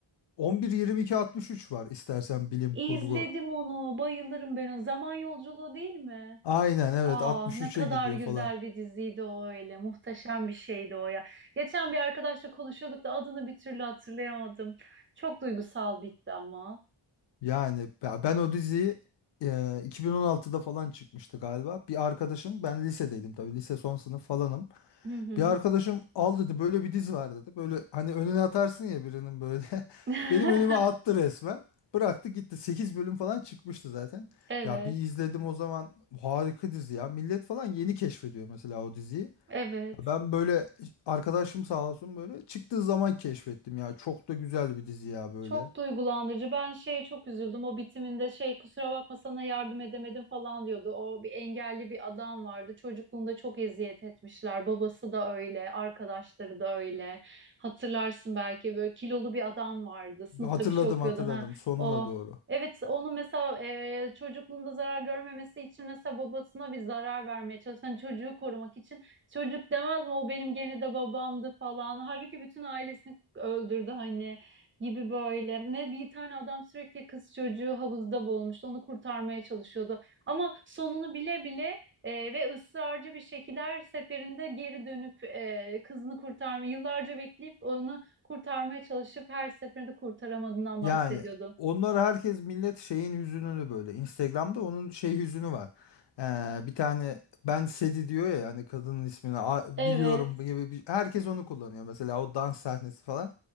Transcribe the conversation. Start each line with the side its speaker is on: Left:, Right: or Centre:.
Left: 11-22-63 var istersen bilim
Right: İzledim
Left: kurgu.
Right: onu, bayılırım ben o. Zaman Yolculuğu değil mi?
Left: Aynen evet
Right: Ah
Left: 63'e
Right: ne kadar
Left: gidiyor
Right: güzel
Left: falan.
Right: bir diziydi o öyle. Muhteşem bir şeydi o ya. Geçen bir arkadaşla konuşuyorduk da adını bir türlü hatırlayamadım. Çok duygusal bitti ama.
Left: Yani ya ben o diziyi e, 2016'da falan çıkmıştı galiba. Bir arkadaşım ben lisedeydim tabii lise son sınıf falanım.
Right: Hı hı.
Left: Bir arkadaşım al dedi böyle bir diz var dedi. Böyle hani önüne atarsın ya birinin böyle. <laughs>
Right: <laughs>
Left: Benim önüme attı resmen. Bıraktı gitti. sekiz bölüm falan çıkmıştı zaten.
Right: Evet,
Left: Ya bir izledim o zaman harika dizi ya. Millet falan yeni keşfediyor mesela o diziyi.
Right: evet.
Left: Ya Ben böyle arkadaşım sağ olsun böyle çıktığı zaman keşfettim ya. Çok da güzel bir dizi ya böyle.
Right: Çok duygulandırıcı. Ben şeye çok üzüldüm. O bitiminde şey kusura bakma sana yardım edemedim falan diyordu. O bir engelli bir adam vardı. Çocukluğunda çok eziyet etmişler. Babası da öyle, arkadaşları da öyle. Hatırlarsın belki böyle kilolu bir adam vardı. Sınıfta
Left: Hatırladım
Right: bir şey okuyordu.
Left: hatırladım
Right: Ha,
Left: sonuna
Right: o
Left: doğru.
Right: Evet onu mesela e, çocukluğunda zarar görmemesi için mesela babasına bir zarar vermeye çalışan çocuğu korumak için çocuk demez mi o benim gene de babamdı falan. Halbuki bütün ailesini öldürdü hani gibi böyle. Ne bir tane adam sürekli kız çocuğu havuzda boğulmuştu. Onu kurtarmaya çalışıyordu. Ama sonunu bile bile e, ve ısrarcı bir şekilde her seferinde geri dönüp e, kızını kurtarma, yıllarca bekleyip onu kurtarmaya çalışıp her seferinde kurtaramadığından
Left: Yani
Right: bahsediyordu.
Left: onlar herkes millet şeyin hüzününü böyle. Instagram'da onun şey hüzünü var. Ee, bir tane ben Sedi diyor ya hani kadının ismini "A- biliyorum
Right: Evet,
Left: gibi bir, herkes onu kullanıyor mesela o dans sahnesi falan.